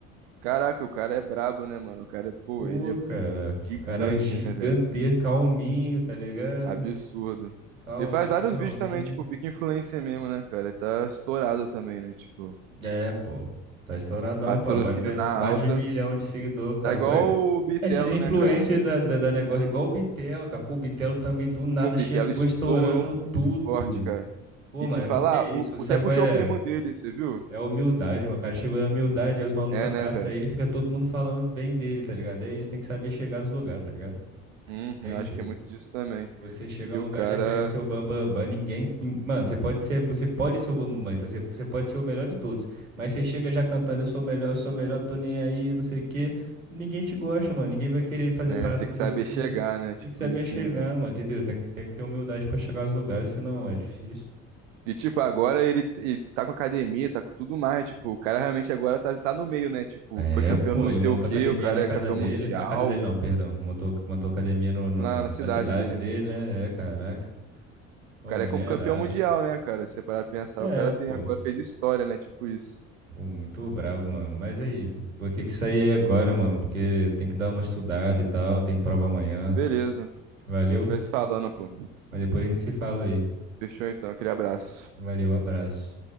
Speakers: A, on the right; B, on the right.
A: Caraca, o cara é brabo, né, mano? O cara, é- pô,
B: Pô,
A: ele é
B: cara.
A: gigante,
B: Cara gigantesco,
A: né, velho?
B: calminho, tá ligado?
A: Absurdo.
B: Calminho,
A: Ele faz vários
B: calminho.
A: vídeos também, tipo, pica influencer mesmo, né, cara? Ele tá estourado também, né? Tipo,
B: É, pô. Tá estouradão,
A: patrocínio
B: pô. Agora ele tem
A: na
B: mais
A: alta.
B: de um milhão de seguidor, cara.
A: Tá igual
B: Pô,
A: o Bitelo,
B: Esses influencers
A: né, cara?
B: da, da, da negócio, igual o Bitelo, capô, o Bitelo também do nada
A: Pô, o Bitelo
B: chegou
A: estourou
B: estourando
A: muito
B: tudo.
A: forte, cara.
B: Pô,
A: E
B: mano,
A: te falar,
B: é porque é isso,
A: o, o-
B: sabe
A: até puxou
B: qual é?
A: o primo dele, você viu?
B: É a humildade, mano. O cara chegou na humildade, aí os malucos
A: É,
B: abraçam
A: né, velho?
B: ele e fica todo mundo falando bem dele, tá ligado? É isso, tem que saber chegar nos lugares, tá ligado?
A: Uhum,
B: Tem
A: eu acho
B: jeito.
A: que é muito disso também.
B: Você chega
A: E
B: num
A: o
B: lugar
A: cara
B: já querendo ser o bambambam, bam, bam, bam, ninguém. nin- Mano, você pode ser, você pode ser o bambambam, bam, bam, então você, você pode ser o melhor de todos. Mas você chega já cantando, eu sou o melhor, eu sou o melhor, tô nem aí, não sei o quê. Ninguém te gosta, mano. Ninguém vai querer fazer
A: é,
B: parada
A: tem
B: com
A: que
B: você.
A: saber chegar, né? Tipo
B: Tem que saber
A: isso.
B: chegar,
A: né?
B: mano, entendeu? Tem que, tem que ter humildade pra chegar aos lugares, senão é difícil.
A: E tipo, agora ele, ele tá com academia, tá com tudo mais. Tipo, o cara realmente agora tá, tá no meio, né? Tipo,
B: É,
A: foi campeão
B: pô,
A: do não
B: ele
A: sei
B: montou
A: o quê,
B: academia
A: o cara
B: na casa
A: é campeão
B: dele.
A: mundial
B: Na casa dele, não, perdão. Montou, montou academia no, no-
A: lá
B: no-
A: na cidade
B: na cidade
A: dele,
B: dele,
A: né?
B: né? É, caraca. Pô,
A: O cara
B: maneiraço.
A: é como campeão mundial, né, cara? Se você parar pra pensar,
B: É,
A: o cara
B: pô.
A: tem agora fez história, né? Tipo isso.
B: Pô, muito bravo, mano. Mas aí, vou ter que sair agora, mano, porque tem que dar uma estudada e tal, tem prova amanhã.
A: Ah, beleza.
B: Valeu?
A: Tivesse falando, pô.
B: Mas depois a gente se fala aí.
A: Fechou então, aquele abraço.
B: Valeu, abraço.